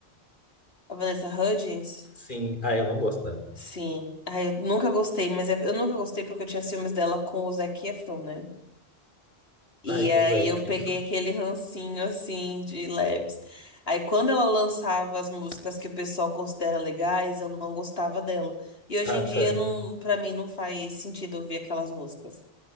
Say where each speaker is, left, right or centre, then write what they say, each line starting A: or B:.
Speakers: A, on the left; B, on the left.
A: A Vanessa Hudgens?
B: <laughs> Sim, ah, eu não gosto dela.
A: Sim. Ai, eu nunca gostei, mas é- eu nunca gostei porque eu tinha ciúmes dela com o Zac Efron, né? E
B: Ai, o
A: aí
B: Zac.
A: eu
B: <laughs>
A: peguei aquele rancinho assim de leves. Aí quando ela lançava as músicas que o pessoal considera legais, eu não gostava dela. E hoje
B: Ah,
A: em dia
B: tá.
A: não, para mim não faz sentido ouvir aquelas músicas.